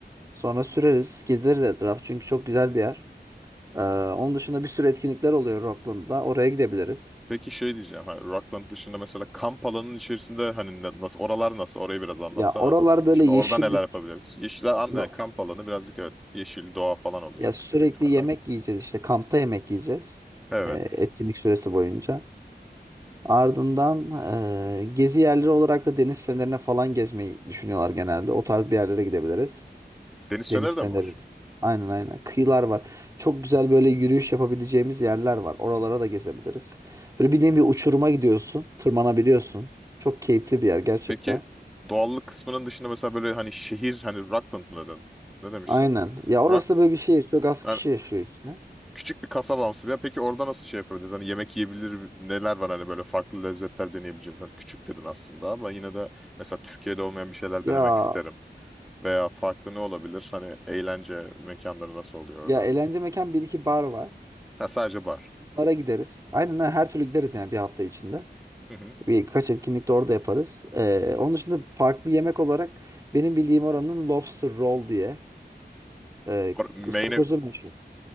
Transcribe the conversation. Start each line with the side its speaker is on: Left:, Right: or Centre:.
Right: Sonra süreriz, gezeriz etraf çünkü çok güzel bir yer. Ee, onun dışında bir sürü etkinlikler oluyor Rockland'da. Oraya gidebiliriz.
Centre: Peki şey diyeceğim. Hani Rockland dışında mesela kamp alanının içerisinde hani ne- nasıl oralar nasıl? Orayı biraz anlatsana.
Right: Ya oralar böyle
Centre: Şimdi
Right: yeşillik.
Centre: orada neler yapabiliriz? Yeşil alan,
Right: Şimdi
Centre: yani kamp alanı birazcık evet. Yeşil doğa falan olacak
Right: ya sürekli
Centre: büyük ihtimalle.
Right: yemek yiyeceğiz işte kampta yemek yiyeceğiz.
Centre: Evet.
Right: Ee, etkinlik süresi boyunca. Ardından ee, gezi yerleri olarak da deniz fenerine falan gezmeyi düşünüyorlar genelde. O tarz bir yerlere gidebiliriz.
Centre: Deniz
Right: Deniz
Centre: feneri de
Right: feneri.
Centre: mi var?
Right: Aynen aynen. Kıyılar var. Çok güzel böyle yürüyüş yapabileceğimiz yerler var. Oralara da gezebiliriz. Böyle bir nevi uçuruma gidiyorsun. Tırmanabiliyorsun. Çok keyifli bir yer gerçekten.
Centre: Peki doğallık kısmının dışında mesela böyle hani şehir hani Rockland mı dedin? Ne demiştin?
Right: Aynen. Ya orası
Centre: Rockland.
Right: da böyle bir şehir. Çok az kişi
Centre: Yani
Right: yaşıyor işte.
Centre: küçük bir kasabamsı bir yer. Peki orada nasıl şey yapabiliriz? Hani yemek yiyebilir neler var hani böyle farklı lezzetler deneyebileceğimiz. Hani küçük dedin aslında ama yine de mesela Türkiye'de olmayan bir şeyler
Right: Ya
Centre: denemek isterim. Veya farklı ne olabilir? Hani eğlence mekanları nasıl oluyor
Right: ya
Centre: orada?
Right: eğlence mekan bir iki bar var.
Centre: Ha sadece bar.
Right: Bunlara gideriz. Aynen aynen. her türlü gideriz yani bir hafta içinde.
Centre: Hı hı.
Right: Birkaç etkinlik de orada yaparız. Ee, onun dışında farklı yemek olarak benim bildiğim oranın lobster roll diye e,
Centre: Or main'e
Right: ıstakozu meşhur.